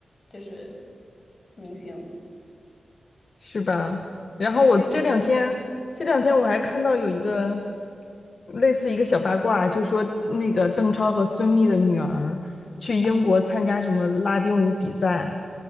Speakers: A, on the left (about 45°); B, on the left (about 65°).
A: 就是明星，
B: 是吧？然后我这两天，
A: 反正很有意思。
B: 这两天我还看到有一个类似一个小八卦，就说那个邓超和孙俪的女儿去英国参加什么拉丁舞比赛，